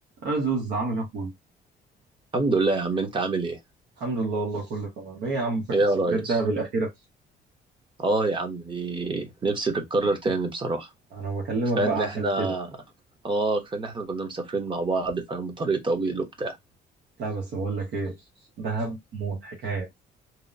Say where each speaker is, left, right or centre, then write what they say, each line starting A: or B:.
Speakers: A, on the right; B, on the right.
A: يا زوز عامل ايه يا اخويا
B: الحمد لله يا عم انت عامل ايه
A: الحمد لله والله كله تمام ايه يا عم فاكر
B: ايه يا
A: سفرية
B: ريس
A: دهب الأخيرة
B: اه يا عم دي نفسي تتكرر تاني بصراحة
A: انا بكلمك
B: كفاية
A: بقى
B: ان
A: عشان
B: احنا
A: كده
B: اه كفاية ان احنا كنا مسافرين مع بعض فاهم طريق طويل وبتاع
A: لا بس بقول لك ايه دهب موت حكاية